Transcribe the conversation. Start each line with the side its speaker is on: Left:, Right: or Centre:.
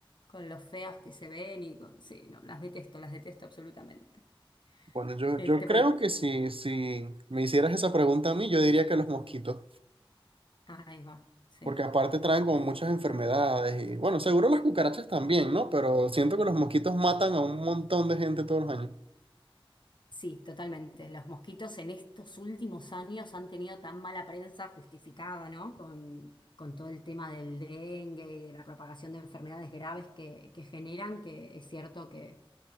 Left: con lo feas que se ven y con, sí, no, las detesto, las detesto absolutamente.
Right: Bueno, yo,
Left: Este,
Right: yo creo
Left: bueno,
Right: que si, si me hicieras esa pregunta a mí, yo diría que los mosquitos.
Left: ahí va, sí.
Right: Porque aparte traen como muchas enfermedades y bueno, seguro las cucarachas también, ¿no? Pero siento que los mosquitos matan a un montón de gente todos los años.
Left: Sí, totalmente. Los mosquitos en estos últimos años han tenido tan mala prensa justificada, ¿no? Con, con todo el tema del dengue y de la propagación de enfermedades graves que, que generan, que es cierto que,